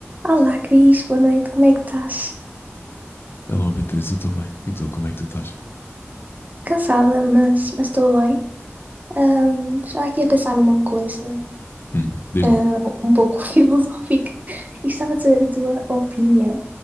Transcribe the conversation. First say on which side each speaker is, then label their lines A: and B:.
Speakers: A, on the right; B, on the left.
A: Olá, Cris, boa noite, como é que estás?
B: Olá, Beatriz, eu estou bem. E tu, como é que tu estás?
A: Cansada, mas mas estou bem. Ahm, estava aqui a pensar numa coisa,
B: Hum, diz
A: ah,
B: lá.
A: um pouco <laughs> filosófica e gostava de saber a tua opinião,